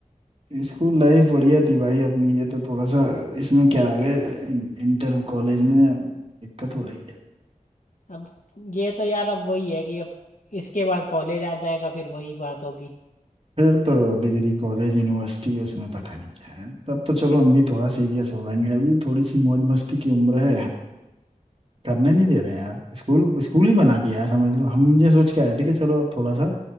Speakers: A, on the right; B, on the left.
A: स्कूल लाइफ बढ़िया थी भाई अपनी ये तो थोड़ा सा इसमें क्या आ गए इन- इंटर कॉलेज में दिक्कत हो रही है
B: अब ये तो यार अब वही है कि अब इसके बाद कॉलेज आ जाएगा फिर वही बात होगी
A: फिर तो डिग्री कॉलेज यूनिवर्सिटी उसमें पता नहीं क्या है तब तो चलो हम भी थोड़ा सीरियस हो लेंगे अभी थोड़ी सी मौज मस्ती की उम्र है करने नहीं दे रहे हैं यार स्कूल स्कूल ही बना दिया है समझ लो हम ये सोच के आए थे कि चलो अब थोड़ा सा